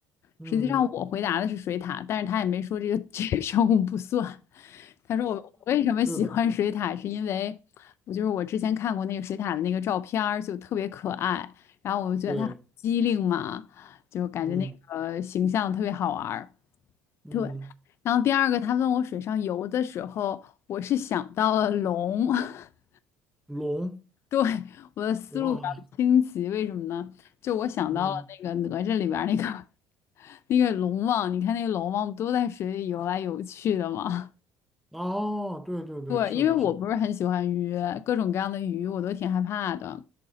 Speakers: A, in the centre; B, on the left.
A: 嗯，
B: 实际上我回答的是水獭，但是他也没说这个 <laughs> 这个生物不算。他说我我为什么喜欢水獭，
A: 是的，
B: 是因为我就是我之前看过那个水獭的那个照片儿，就特别可爱，然后我就觉得它很机灵嘛，
A: 对，
B: 就感觉那个形象特别好玩儿
A: 嗯嗯，
B: 对，然后第二个他问我水上游的时候，我是想到了龙。<laughs>
A: 龙，
B: 对，我的思路比较清奇，
A: 哇，
B: 为什么呢？就我想到了那个哪吒里边儿那个
A: 嗯。
B: <laughs> 那个龙王，你看那个龙王不都在水里游来游去的吗？
A: 哦，对对对，
B: <laughs> 对，
A: 是的，
B: 因为我不是很喜欢鱼，
A: 是的，
B: 各种各样的鱼我都挺害怕的。